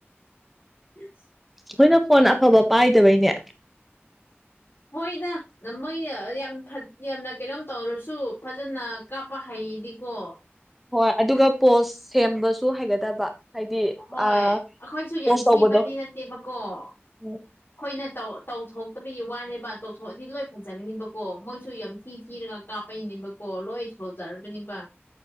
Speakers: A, on the left (about 60°); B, in the centre.
A: ꯑꯦꯁ
B: ꯑꯩꯈꯣꯏꯅ ꯐꯣꯟ ꯑꯐꯕ ꯄꯥꯏꯗꯕꯩꯅꯦ
A: ꯍꯣꯏꯗ ꯃꯣꯏꯅ ꯌꯥꯝ ꯌꯥꯝꯅ ꯀꯩꯅꯣꯝ ꯇꯧꯔꯁꯨ ꯐꯖꯅ ꯀꯥꯞꯄ ꯍꯩꯌꯦꯗꯤꯀꯣ
B: ꯍꯣꯏ ꯑꯗꯨꯒ ꯄꯣꯁ ꯁꯦꯝꯕꯁꯨ ꯍꯩꯒꯗꯕ ꯍꯥꯏꯗꯤ
A: ꯍꯣꯏ
B: ꯑꯥ
A: ꯑꯩꯈꯣꯏꯁꯨ ꯌꯥꯝ
B: ꯄꯣꯁ
A: ꯊꯤꯕꯗꯤ
B: ꯇꯧꯕꯗꯣ
A: ꯅꯠꯇꯦꯕꯀꯣ ꯑꯩꯈꯣꯏꯅꯧ
B: ꯎꯝ
A: ꯇꯧꯊꯣꯛꯇꯕꯒꯤ ꯋꯥꯅꯦꯕ ꯇꯧꯊꯣꯛꯑꯗꯤ ꯂꯣꯏ ꯐꯖꯒꯅꯤꯕꯀꯣ ꯃꯣꯏꯁꯨ ꯌꯥꯝ ꯊꯤ ꯊꯤꯔꯒ ꯀꯥꯞꯄꯩꯅꯦꯕꯀꯣ ꯂꯣꯏ ꯊ ꯐꯥꯎꯖꯔꯕꯅꯤꯕ